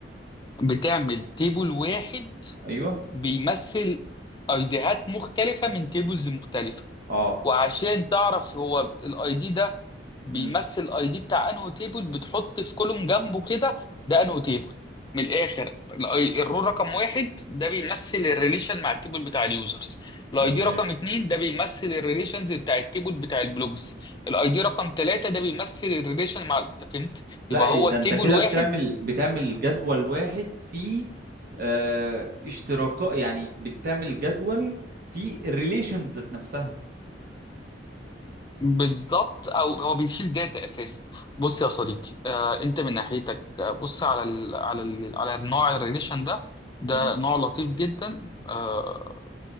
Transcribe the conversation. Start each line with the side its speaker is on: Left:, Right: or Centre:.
Left: بتعمل تيبل واحد
Right: ايوه
Left: بيمثل ايديهات مختلفة من تيبلز مختلفة
Right: اه
Left: وعشان تعرف هو الاي دي ده بيمثل
Right: امم
Left: الاي دي بتاع انهو تيبل بتحط في كولوم جنبه كده ده انهو تيبل من الاخر ال- الرو رقم واحد ده بيمثل الريليشن مع التيبل بتاع اليوزرز الاي
Right: تمام
Left: دي رقم اتنين ده بيمثل الريليشنز بتاع التيبل بتاع البلوجز الاي دي رقم تلاتة ده بيمثل الريليشن مع انت فهمت
Right: لا
Left: يبقى هو
Right: ده
Left: تيبل
Right: انت كده
Left: واحد
Right: بتعمل بتعمل جدول واحد فيه آه اشتراكات يعني بتعمل جدول فيه الريليشنز ذات نفسها
Left: بالظبط او هو بيشيل داتا اساسا بص يا صديقي آه انت من ناحيتك آه بص على ال على ال على النوع الريليشن ده ده
Right: مم.
Left: نوع لطيف جدا آه